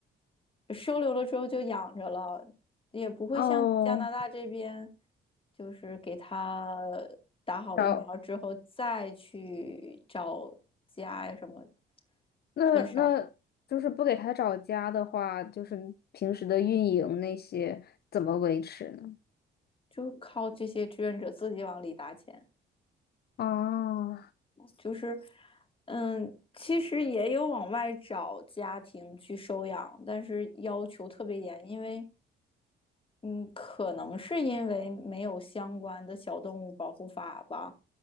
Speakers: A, on the left (about 25°); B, on the left (about 55°).
A: 收留了之后就养着了，也不会像加拿大这边，
B: 哦，
A: 就是给它打好疫苗之后再去找家呀什么，
B: 找那那就是不给他找家的话，
A: 很少，
B: 就是平时的运营那些怎么维持呢？
A: 就靠这些志愿者自己往里打钱。
B: 啊，
A: 就是，嗯，其实也有往外找家庭去收养，但是要求特别严，因为，嗯，可能是因为没有相关的小动物保护法吧。